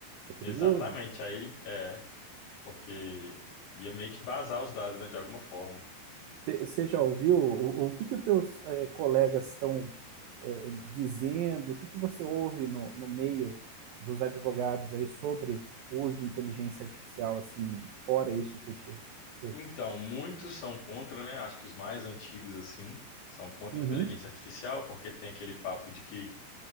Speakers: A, on the right; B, on the left.
A: É perigoso.
B: Exatamente. Aí é, porque ia meio que vazar os dados, né, de alguma forma.
A: Você já ouviu o, o que que os teus eh, colegas estão eh, dizendo? O que que você ouve no, no meio dos advogados aí sobre o uso de inteligência artificial, assim, fora isso que eu te... Sei.
B: Então, muitos são contra, né? Acho que os mais antigos, assim, são contra
A: Uhum.
B: a inteligência artificial, porque tem aquele papo de que